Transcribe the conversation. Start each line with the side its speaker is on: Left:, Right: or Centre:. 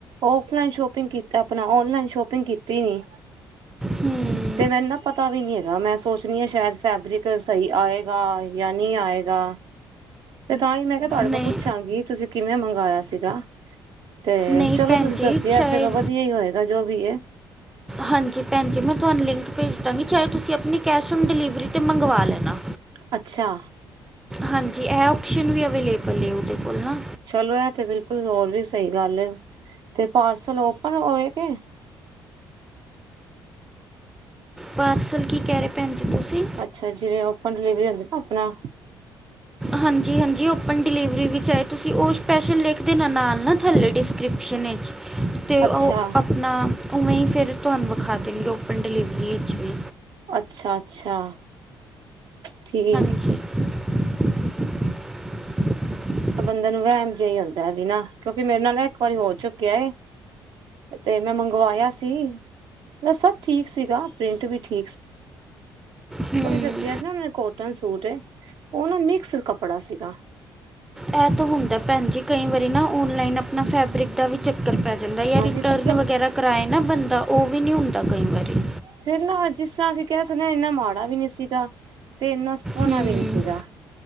Right: ਔਫਲਾਈਨ ਸ਼ੋਪਿੰਗ ਕੀਤਾ ਆਪਣਾ, ਔਨਲਾਈਨ ਸ਼ੋਪਿੰਗ ਕੀਤੀ ਨੀ
Centre: ਹਮ
Right: ਤੇ ਮੈਨੂੰ ਨਾ ਪਤਾ ਵੀ ਨਹੀਂ ਹੈਗਾ। ਮੈਂ ਸੋਚਣੀ ਹਾਂ। ਸ਼ਾਇਦ ਫੈਬਰਿਕ ਸਹੀ ਆਏਗਾ ਜਾਂ ਨਹੀਂ ਆਏਗਾ। ਤੇ ਤਾਂ ਹੀ ਮੈਂ ਕਿਹਾ ਤੁਹਾਡੇ ਕੋਲ
Centre: ਨਹੀਂ
Right: ਪੁੱਛਾਂਗੀ। ਤੁਸੀਂ ਕਿਵੇਂ ਮੰਗਵਾਆ ਸੀਗਾ। ਤੇ,
Centre: ਨਹੀਂ
Right: ਚਲੋ
Centre: ਭੈਣ
Right: ਤੁਸੀਂ
Centre: ਜੀ
Right: ਦੱਸਇਆ,
Centre: ਚਾਹੇ
Right: ਚਲੋ ਵਧੀਆ ਹੀ ਹੋਏਗਾ, ਜੋ ਵੀ ਏ
Centre: ਹਾਂਜੀ ਭੈਣ ਜੀ। ਮੈਂ ਤੁਹਾਨੂੰ ਲਿੰਕ ਭੇਜ ਦਾਂਗੀ। ਚਾਹੇ। ਤੁਸੀਂ ਆਪਣੀ ਕੈਸ਼ ਔਨ ਡਿਲੀਵਰੀ 'ਤੇ ਮੰਗਵਾ ਲੈਣਾ।
Right: ਅੱਛਾ
Centre: ਹਾਂਜੀ। ਇਹ ਓਪਸ਼ਨ ਵੀ ਅਵੇਲੇਬਲ ਹੈ। ਉਹਦੇ ਕੋਲ ਨਾ
Right: ਚਲੋ, ਇਹ ਤੇ ਬਿਲਕੁਲ ਹੋਰ ਵੀ ਸਹੀ ਗੱਲ ਹੈ। ਤੇ ਪਾਰਸਲ ਓਪਨ ਹੋਏ ਗਏ।
Centre: ਪਾਰਸਲ, ਕੀ ਕਹਿ ਰਹੇ ਭੈਣ ਜੀ ਤੁਸੀਂ।
Right: ਅੱਛਾ। ਜਿਵੇਂ ਓਪਨ ਡਿਲੀਵਰੀ ਹੁੰਦੀ ਨਾ ਆਪਣਾ
Centre: ਹਾਂਜੀ-ਹਾਂਜੀ। ਓਪਨ ਡਿਲੀਵਰੀ ਵਿੱਚ ਆਏ। ਤੁਸੀਂ ਉਹ ਸਪੈਸ਼ਲ ਲਿਖ ਦੇ ਨਾਲ-ਨਾਲ ਨਾ ਥੱਲੇ ਡਿਸਕ੍ਰਿਪਸ਼ਨ ਵਿੱਚ ਤੇ
Right: ਅੱਛਾ
Centre: ਉਹ ਆਪਣਾ, ਉਵੇਂ ਹੀ ਫਿਰ ਤੁਹਾਨੂੰ ਵਿਖਾ ਦੇਣਗੇ ਓਪਨ ਡਿਲੀਵਰੀ ਵਿੱਚ ਵੀ
Right: ਅੱਛਾ-ਅੱਛਾ। ਠੀਕ
Centre: <inaudible>
Right: ਬੰਦੇ ਨੂੰ ਵਹਿਮ ਜਿਹਾ ਹੀ ਹੁੰਦਾ ਹੈ ਵੀ ਨਾ, ਕਿਉਂਕਿ ਮੇਰੇ ਨਾਲ ਨਾ ਇੱਕ ਵਾਰੀ ਹੋ ਚੁੱਕਿਆ। ਤੇ ਮੈਂ ਮੰਗਵਾਇਆ ਸੀ। ਮ ਸਭ ਠੀਕ ਸੀਗਾ, ਪ੍ਰਿੰਟ ਵੀ ਠੀਕ ਸੀ।
Centre: ਹੂੰ
Right: ਤੁਸੀਂ ਦੱਸਿਆ ਸੀ ਨਾ। ਮ ਕੋਟਨ ਸੂਟ, ਉਹ ਨਾ ਮਿਕਸ ਕੱਪੜਾ ਸੀਗਾ।
Centre: ਇਹ ਤਾਂ ਹੁੰਦਾ ਭੈਣ ਜੀ ਕਈ ਵਾਰੀ ਨਾ ਔਨਲਾਈਨ ਆਪਣਾ ਫੈਬਰਿਕ ਦਾ ਵੀ 'ਚ ਚਕਰ ਪੈ ਜਾਂਦਾ, ਜਾਂ
Right: ਹਾਂਜੀ
Centre: ਰਿਟਰਨ
Right: ਮਤਲਬ
Centre: ਵਗੈਰਾ ਕਰਾਏ ਨਾ ਬੰਦਾ ਉਹ ਵੀ ਨਹੀਂ ਹੁੰਦਾ ਕਈ ਵਾਰੀ
Right: ਫੇਰ ਨਾ ਜਿਸ ਤਰ੍ਹਾਂ ਅਸੀਂ ਕਹਿ ਸਕਦੇ ਹਾਂ। ਇੰਨਾ ਮਾੜਾ ਵੀ ਨਹੀਂ ਸੀਗਾ। ਤੇ ਇੰਨਾ ਸੋਣਾ
Centre: ਹੂੰ
Right: ਵੀ ਨਹੀ ਸੀਗਾ।